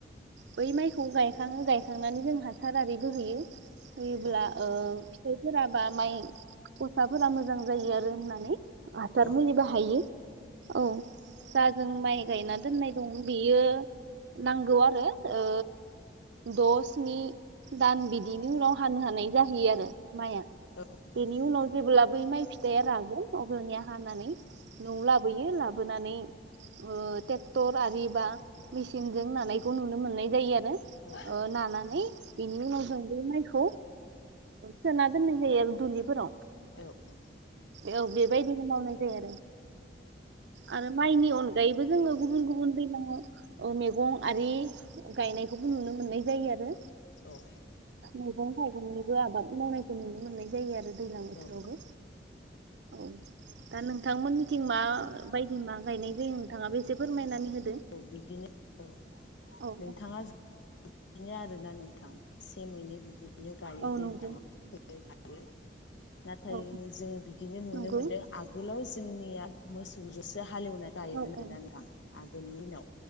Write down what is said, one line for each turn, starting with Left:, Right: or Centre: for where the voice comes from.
Right: बै माइखौ गायखाङो गायखांनानै जों हासार आरि बो होैयो। होयोबोला
Left: औ
Right: ओ फिथाइ फोराबा माइ गसाफोरा मोजां जायो आरो होननानै हासार
Left: औ
Right: मुलि बाहायो। औ जा जों माइ गायना दोननाय दं बेयो नांगौ आरो ओ द सिनि दान बिदि बिनि उनाव हानो हानाय जाहैयो आरो माइआ
Left: औ औ नंगौ
Right: बेनि
Left: नोंथां
Right: उनाव जेब्ला बै माइ फिथाइा रागोन अब्लानिया हानानै न'आव लाबोयो लाबोनानै ओ ट्रेक्टर आरि बा मेसि सिनजों नानायखौ नुनो मोननाय जायो आरो
Left: औ
Right: ओ नानानै बिनि उनाव जों बे माइखौ सोना दोननाय जायो दुलिफोराव
Left: औ औ
Right: औ बेबायदिनो मावनाय जायो आरो आरो माइनि अनगायैबो जोंङो गुबुन गुबुन हन दैल्लांङाव ओ मेगं आरि गायनायखौबो नुनो मोननाय जायो आरो
Left: औ
Right: मैगं थाइगंनिबो आबाद मावनाय नुनो मोननाय जायो आरो दैज्लां बोथोरावबो
Left: औ औ
Right: औ दा नोंथांमोननिथिं मा बायदि मा गायनाय जायो नोंथाङाबो एसे फोरमायनानै हो?
Left: औ बिदिनो औ
Right: औ
Left: नोंथाङा जे बिदिनो आरोना नोंथां से मैनि बिदिनो गायो
Right: औ
Left: दैज्लांव
Right: नंगौ
Left: <unintelligible> नाथाय
Right: औ
Left: जोङो बिदिनो नुनो
Right: नंगौ
Left: मोनदों आगोलाव जोंनिया मोसौजोसोया हालौवना गायोमोन
Right: औ नंगौ
Left: आरो दा नोंथां आंखौ गोलनिनाव